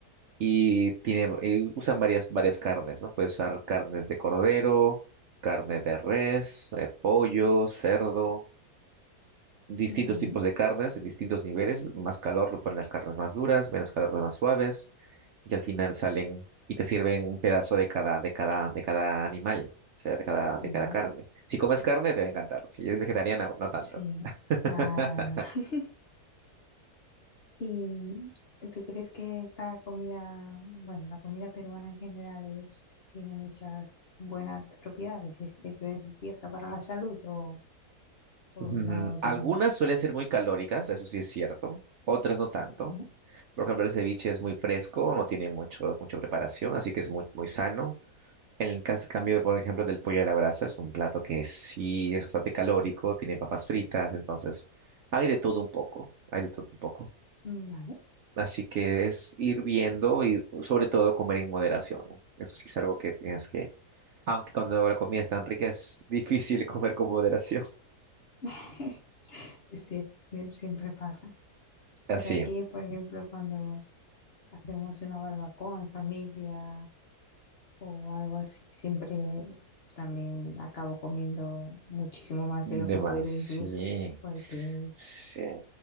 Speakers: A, on the right (about 60°); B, on the left (about 50°).
A: y tiene, y usan varias, varias carnes, ¿no? Puedes usar carnes de cordero, carne de res, eh, pollo, cerdo, distintos
B: Mm,
A: tipos de carnes en distintos niveles. Más calor lo ponen las carnes más duras, menos calor las más suaves. y al final salen y te sirven un pedazo de cada, de cada, de cada animal, o sea, de cada,
B: Vaya,
A: de cada carne. Si comes carne, te va a encantar. Si eres vegetariana, no tanto.
B: sí. Nada,
A: <laughs>
B: nada, nada. <laughs> ¿Y mm, tú crees que esta comida, bueno, la comida peruana en general es, tiene muchas buenas propiedades? ¿Es, es beneficiosa para la salud o, o
A: Mm,
B: no
A: Algunas
B: diría?
A: suelen ser muy calóricas, eso sí es cierto, otras no tanto.
B: Sí,
A: Por ejemplo, el ceviche es muy fresco, no tiene mucho, mucha preparación, así que es muy, muy sano. En el caso, cambio, por ejemplo, del pollo a la brasa, es un plato que sí es bastante calórico, tiene papas fritas, entonces hay de todo un poco, hay de todo un poco.
B: Mm, vale.
A: Así que es ir viendo y sobre todo comer en moderación, ¿no? Eso sí es algo que tienes que, aunque cuando la comida es tan rica es <laughs> difícil comer con moderación.
B: <laughs> Es cierto, sí, siempre pasa.
A: Así,
B: Yo aquí, por ejemplo, cuando hacemos una barbacoa en familia o algo así, siempre también acabo comiendo muchísimo más
A: de
B: de lo que
A: más,
B: puedo
A: sí,
B: incluso, porque
A: sí,